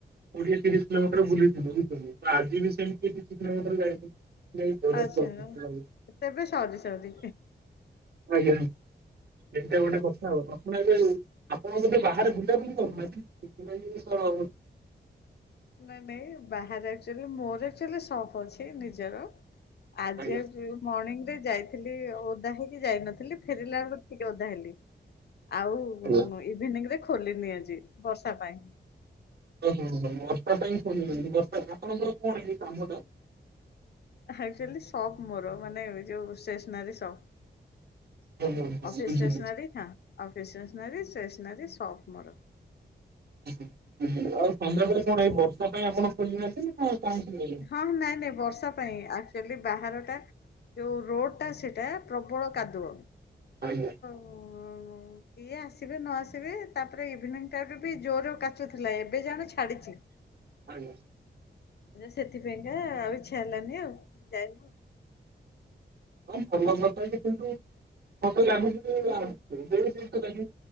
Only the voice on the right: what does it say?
କୋଡିଏ ତିରିଶ କିଲୋମିଟର ବୁଲିଥିଲୁ ବୁଝୁଥିଲୁ ତ ଆଜି ବି ସେମିତି ତିରିଶ କିଲୋମିଟର ଯାଇଥିଲି।
<unintelligible> ଆଜ୍ଞା ଏଟେ ଗୋଟେ କଥା ଆଉ ହଁ। ଆପଣ ଏବେ ଆପଣ ଗୋଧେ ବାହାରେ ବୁଲାବୁଲି କରୁନାହାନ୍ତି ଜିନିଷ
ଆଜ୍ଞା
ଆଜ୍ଞା।
ଓହୋ ହୋ ବର୍ଷା ପାଇଁ ଶୁନ ବର୍ଷା ଆପଣଙ୍କର କଣ ଏ କାମ ଟା।
ଓ ହୋ ହୋ ବୁଝିଲି।
ଆଉ ସନ୍ଧ୍ୟାବେଳେ କଣ ଏ ବର୍ଷା ପାଇଁ ଆପଣ ଖୋଲି ନଥିଲେ। ନା ହଁ କଣ <unintelligible>
ଆଜ୍ଞା!
ଆଜ୍ଞା!
<unintelligible> କିନ୍ତୁ ମତେ ଲାଗୁଛି ଜିନିଷ ଲ ବର୍ଷାରେ